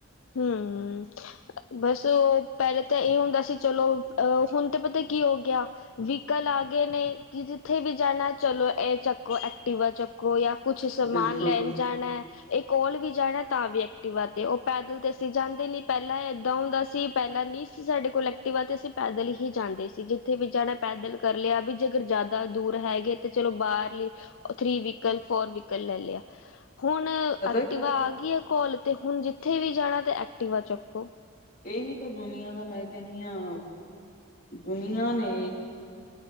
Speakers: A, on the left; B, on the left.
A: ਹਮ। ਬਸ ਓ ਪੇਲੇ ਤਾਂ ਏ ਹੁੰਦਾ ਸੀ ਚਲੋ ਅ, ਹੁਣ ਤੇ ਪਤਾ ਕੀ ਹੋ ਗੇਆ ਵੀਕਲ ਆ ਗਏ ਨੇ, ਕਿ ਜਿੱਥੇ ਵੀ ਜਾਣਾ ਚਲੋ, ਏ ਚੱਕੋ ਐਕਟਿਵਾ ਚੱਕੋ ਜਾਂ ਕੁਛ ਸਮਾਨ
B: ਬਿਲਕੁਲ
A: ਲੈਣ ਜਾਣਾ, ਏ ਕੋਲ ਵੀ ਜਾਣਾ ਤਾਂ ਵੀ ਐਕਟਿਵਾ ਤੇ ਓ ਪੈਦਲ ਤੇ ਅਸੀਂ ਜਾਂਦੇ ਨੀ, ਪੇਲਾਂ ਏਦਾਂ ਹੁੰਦਾ ਸੀ, ਪੇਲਾਂ ਨਹੀਂ ਸੀ ਸਾਡੇ ਕੋਲ ਐਕਟਿਵ ਆ ਤੇ ਅਸੀਂ ਪੈਦਲ ਈ ਫੇਰ ਜਾਂਦੇ ਸੀ, ਜਿੱਥੇ ਵੀ ਜਾਣਾ ਪੈਦਲ ਕਰ ਲੇਆ ਵੀ, ਜੇਕਰ ਜ਼ਾਦਾ ਦੂਰ ਹੈਗੇ ਤੇ ਚਲੋ ਬਾਹਰਲੀ ਓ ਥ੍ਰੀ ਵੀਕਲ, ਫੋਰ ਵੀਕਲ ਲੈ ਲੇਆ ਹੁਣ ਐਕਟਿਵਾ
B: ਪਤਾ
A: ਆ ਗਈ ਆ ਕੋਲ, ਤੇ ਹੁਣ ਜਿੱਥੇ ਵੀ ਜਾਣਾ ਤੇ ਐਕਟਿਵਾ ਚੱਕੋ
B: ਏਵੀ ਤਾਂ ਦੁਨੀਆਂ ਦਾ ਮੈਂ ਕੇਨੀ ਆ, ਦੁਨੀਆਂ ਨੇ